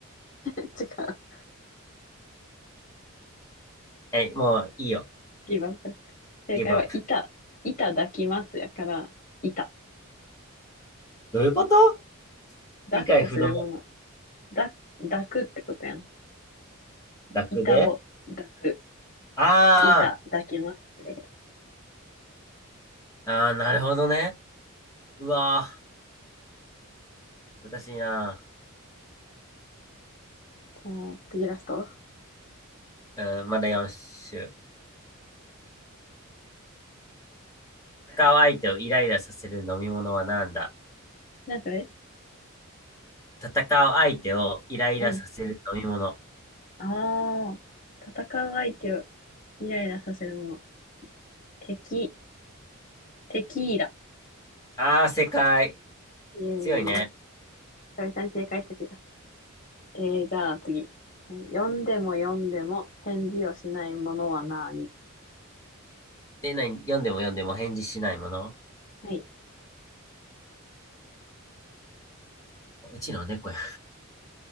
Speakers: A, on the left; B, on the left.
A: <laughs> 違う。
B: はい、もういいよ。
A: 今、正解は、
B: ギブアップ。
A: 板。板抱きますやから、板。
B: どういうこと
A: 抱っこするもの。
B: 理解不能。
A: だ、抱くってことやん。
B: 楽で。
A: 板を抱く。
B: あ
A: 板抱きますってこと。
B: ー、あー、なるほどね。うわー、難しいな。
A: あー次ラスト
B: うん、まだ4種。戦う相手をイライラさせる飲み物は何だ
A: なんかね、
B: 戦う相手をイライラさせる飲み物。
A: うん。ああ、戦う相手をイライラさせるもの。敵、テキーラ。
B: あー、正解。
A: え、エー
B: 強いね。
A: さ久々に正解した気がする。えー、じゃあ次。えー読んでも読んでも返事をしないものは何
B: で、何読んでも読んでも返事しないもの
A: はい。
B: うちの猫や。